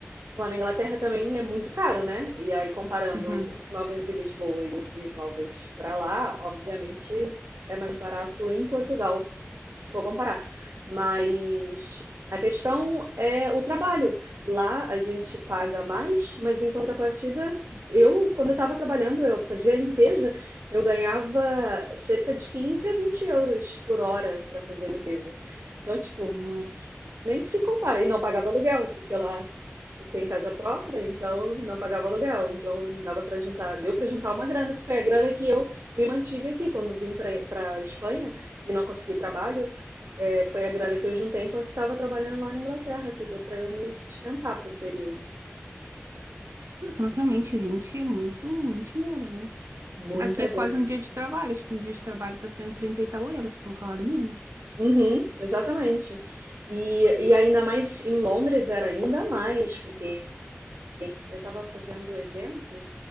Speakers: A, on the right; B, on the right.
A: Lá na Inglaterra também é muito caro, né? E aí, comparando
B: Uhum.
A: os imóveis de Lisboa e os imóveis para lá, obviamente é mais barato em Portugal, se for comparar. Mas a questão é o trabalho. Lá a gente paga mais, mas em contrapartida, eu, quando eu estava trabalhando, eu fazia limpeza, eu ganhava cerca de 15 a 20 euros por hora para fazer limpeza. Então, tipo,
B: Nossa.
A: nem se compara. E não pagava aluguel, porque lá tem casa própria, então não pagava aluguel, então não dava para juntar. Deu para juntar uma grana, que foi a grana que eu me mantive aqui. Quando vim para a Espanha e não consegui trabalho, é, foi a grana que eu juntei enquanto estava trabalhando lá na Inglaterra, que deu para eu me sustentar por um período.
B: Nossa, mas realmente 20 é muito, muito dinheiro, né?
A: Muita
B: Aqui é
A: grana.
B: quase um dia de trabalho. Acho que um dia de trabalho tá sendo 30 e tal euros para um salário mínimo.
A: Uhum, exatamente. E, e ainda mais em Londres era ainda mais, porque eu estava fazendo evento